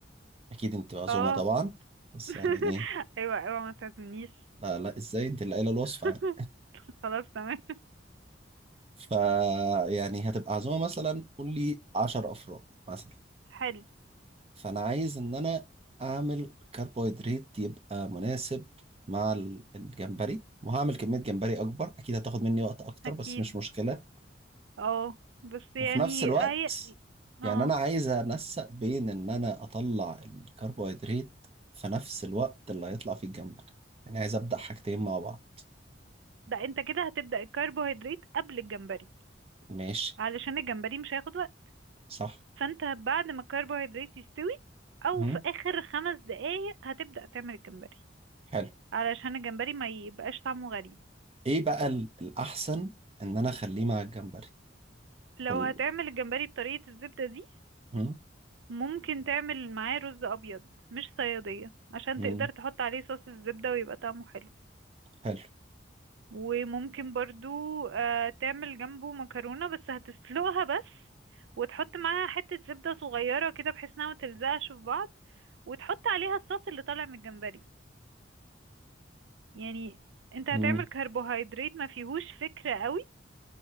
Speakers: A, on the right; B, on the right.
A: اكيد انت عزومة
B: اه
A: طبعا بس
B: <laughs>
A: يعني ايه
B: ايوه ايوه ما تعزمنيش
A: لا لا ازاي انت اللي قايلة الوصفة
B: <laughs>
A: يعني
B: خلاص تمام
A: ف يعني هتبقى عزومة مثلا قول لي 10 افراد مثلا
B: حلو
A: فانا عايز ان انا اعمل كربوهيدرات يبقى مناسب مع ال- الجمبري وهعمل كمية جمبري اكبر اكيد هتاخد مني وقت اكتر
B: اكيد
A: بس مش مشكلة
B: اه بس يعني
A: وفي نفس الوقت
B: هي
A: يعني
B: اه
A: انا عايز انسق بين ان انا اطلع الكربوهيدرات في نفس الوقت اللي هيطلع فيه الجمبري يعني عايز ابدا حاجتين مع بعض
B: ده انت كده هتبدأ الكربوهيدرات قبل الجمبري
A: ماشي
B: علشان الجمبري مش هياخد وقت
A: صح
B: فانت بعد ما الكربوهيدرات يستوي او
A: مم.
B: في اخر خمس دقايق هتبدأ تعمل الجمبري
A: حلو
B: علشان الجمبري ما يبقاش طعمه غريب
A: ايه بقى ال- الاحسن ان انا اخليه مع الجمبري
B: لو
A: وال...
B: هتعمل الجمبري بطريقة الزبدة دي
A: مم.
B: ممكن تعمل معاه رز أبيض مش صيادية عشان
A: مم.
B: تقدر تحط عليه صوص الزبدة ويبقى طعمه حلو
A: حلو
B: وممكن برضو آه، تعمل جنبه مكرونة بس هتسلقها بس وتحط معاها حتة زبدة صغيرة كده بحيث انها متلزقش في بعض وتحط عليها الصوص اللي طالع من الجمبري يعني انت
A: مم.
B: هتعمل كربوهيدرات ما فيهوش فكرة قوي